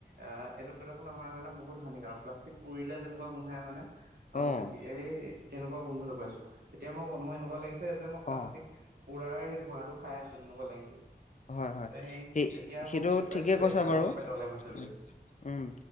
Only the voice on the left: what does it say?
অ',
অ',
হয়, হয়।
সেইটো
ঠিকেই কৈছা
বাৰু।
উম, উম,